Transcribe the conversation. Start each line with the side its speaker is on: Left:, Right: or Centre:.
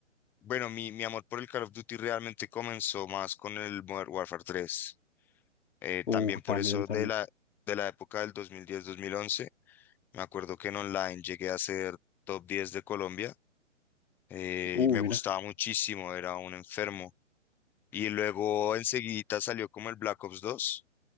Centre: bueno, mi, mi amor por el Call of Duty realmente comenzó más con el Modern Warfare tres. Eh,
Left: Uh,
Centre: también por
Left: también,
Centre: eso
Left: también.
Centre: de la, de la época del dos dos mil diez mil once. me acuerdo que en online llegué a ser top 10 de Colombia. Eh,
Left: Uh,
Centre: me
Left: mira.
Centre: gustaba muchísimo, era un enfermo. Y luego enseguida salió como el Black Ops dos